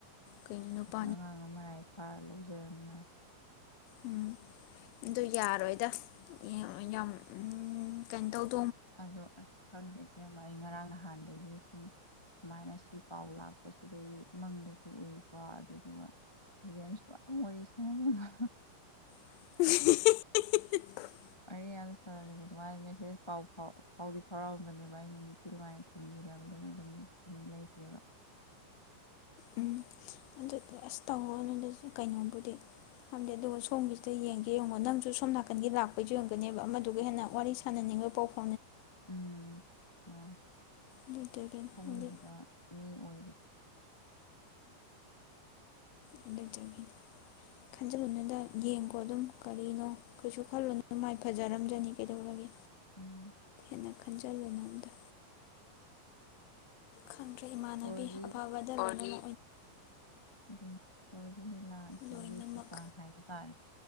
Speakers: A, on the left; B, on the left.
A: ꯀ
B: ꯑꯉꯥꯡ ꯑꯃꯅ ꯐꯥꯔ ꯂꯧꯖꯔꯅꯤ ꯃꯥ
A: ꯎꯝ ꯑꯗꯨ ꯌꯥꯔꯣꯏꯗ ꯌꯥꯝ ꯀꯩꯅꯣ ꯇꯧ
B: ꯑꯗꯣ ꯑꯩ ꯈꯪꯗꯔꯤꯁꯦꯕ ꯑꯩ ꯉꯔꯥꯡ ꯅꯍꯥꯟꯗꯒꯤ ꯁꯨꯝ ꯁꯨꯃꯥꯏꯅ ꯁꯤ ꯄꯥꯎ ꯂꯥꯛꯄꯁꯤꯗꯒꯤꯩ ꯏꯃꯪꯗꯁꯨ ꯎꯏꯀꯣ ꯑꯗꯨꯗꯨꯒ ꯖꯦꯝꯁꯀ ꯌꯥꯝ ꯋꯥꯔꯤ ꯁꯥꯟꯅꯅꯤꯡꯕ
A: ꯍꯤ ꯍꯤ ꯍꯤ
B: ꯑꯩ ꯑꯁꯅꯤ ꯑꯗꯨꯉꯥꯏ ꯃꯦꯁꯦꯖꯥꯎ ꯐꯥꯎꯗꯤ ꯐꯥꯎꯔꯛꯑꯝꯕꯅꯦꯕ ꯑꯩꯅ ꯅꯤꯡꯊꯤ ꯅꯨꯡꯉꯥꯏꯅ ꯈꯨꯝꯈꯤꯗꯕꯗꯨꯅ ꯑꯗꯨꯝ ꯂꯩꯈ꯭ꯔꯦꯕ
A: ꯎꯝ ꯑꯗꯨꯗꯤ ꯑꯁ ꯇꯧꯔꯣ ꯅꯪꯗꯁꯨ ꯀꯩꯅꯣꯝꯕꯨꯗꯤ ꯈꯝꯗꯦ ꯑꯗꯨꯒ ꯁꯣꯝꯒꯤꯁꯤꯗ ꯌꯦꯡꯒꯦ ꯌꯦꯡꯉꯣ ꯅꯪꯁꯨ ꯁꯣꯝ ꯅꯥꯀꯟꯒꯤ ꯂꯥꯛꯄꯩꯁꯨ ꯌꯦꯡꯒꯅꯦꯕ ꯑꯃꯗꯨꯒ ꯍꯦꯟꯅ ꯋꯥꯔꯤ ꯁꯥꯟꯅꯅꯤꯡꯕ ꯄꯥꯎ ꯐ
B: ꯎꯝ ꯃꯥ
A: ꯑꯗꯨꯗꯒꯤꯅꯤ
B: ꯈꯟꯈꯤꯕ
A: ꯍꯥꯏꯗꯤ
B: ꯃꯤ ꯑꯣꯏꯕꯗꯣ
A: ꯎꯝꯝ ꯑꯗꯨꯒꯤꯅꯤ ꯈꯟꯖꯤꯜꯂꯨꯅꯗ ꯌꯦꯡꯀꯣ ꯑꯗꯨꯝ ꯀꯔꯤꯅꯣ ꯀꯩꯁꯨ ꯈꯜꯂꯨꯅ ꯑꯗꯨ ꯃꯥꯏ ꯐꯖꯔꯝꯖꯅꯤ ꯀꯩꯗꯧꯔꯒꯦ
B: ꯎꯝ
A: ꯩꯅ ꯈꯟꯖꯤꯜꯂꯨꯅꯕꯗ ꯈꯪꯗ꯭ꯔꯦ ꯏꯃꯥꯟꯅꯕꯤ
B: ꯏꯁꯣꯔꯒꯤ
A: ꯑꯐꯕꯗ ꯂꯩ
B: ꯑꯗꯨꯝ ꯍ ꯂꯤꯂꯥ ꯏꯁꯣꯔꯒꯤ
A: ꯂꯣꯏꯅꯃꯛ
B: ꯀ꯭ꯔꯤꯄꯥ ꯍꯥꯏꯕ ꯇꯥꯔꯦ